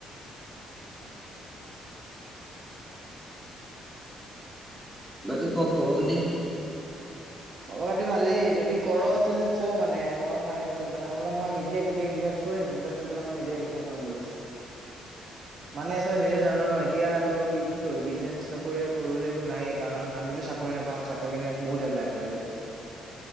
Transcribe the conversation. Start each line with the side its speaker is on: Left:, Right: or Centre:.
Centre: বাকি ক খবখাতি
Right: খব খাতি ভালেই যদি কৰ ত মোক ক মানে মই ফাইনেল কৰিম মানে নহলে মই নিজে গোটেই ইনভেচ কৰিমনভ মই নি কৰিম বলো মানে তই নিজে জান ন এতিয়া তোৰ কি কি বিজনেছ নকৰিলে কৰিবলৈ একো নাই কাৰণ আমিটো চাকৰি নাপাও চাকৰিকাৰনে বহুত এপলাই কৰিলো